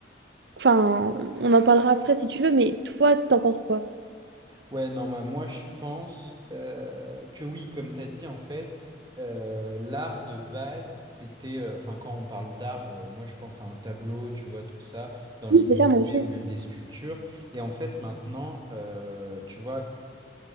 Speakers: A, on the right; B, on the right.
A: enfin, on en parlera après si tu veux, mais toi, t'en penses quoi?
B: Ouais, non, bah, moi je pense euh, que oui, comme tu as dit, en fait, euh, l'art de base, c'était, euh, enfin, quand on parle d'art, euh, moi je pense à un tableau, tu vois, tout ça, dans les
A: Oui, C'est ça,
B: musées
A: moi aussi.
B: ou même des sculptures. Et en fait, maintenant, euh, tu vois,